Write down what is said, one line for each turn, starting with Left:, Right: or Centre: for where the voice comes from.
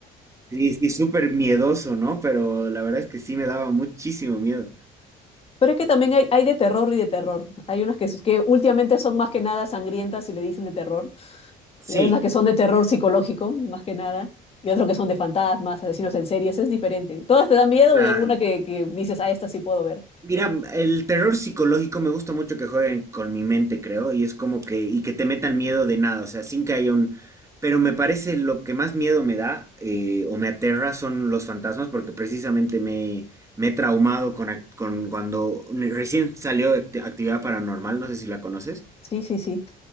Right: Sí, sí, súper miedoso, ¿no? Pero la verdad es que sí me daba muchísimo miedo.
Left: Pero es que también hay, hay de terror y de terror. Hay unas que, que últimamente son más que nada sangrientas y le dicen de terror.
Right: Sí,
Left: Y hay unas que son de terror psicológico, más que nada. Y otras que son de fantasmas, asesinos en series. Es diferente. Todas te dan miedo
Right: claro.
Left: y alguna que, que dices, ah, esta sí puedo ver.
Right: Mira, el terror psicológico me gusta mucho que jueguen con mi mente, creo, y es como que, y que te metan miedo de nada, o sea, sin que haya un... Pero me parece lo que más miedo me da eh, o me aterra son los fantasmas, porque precisamente me, me he traumado con, ac- con cuando recién salió Act- Actividad Paranormal, no sé si la conoces
Left: Sí, sí, sí.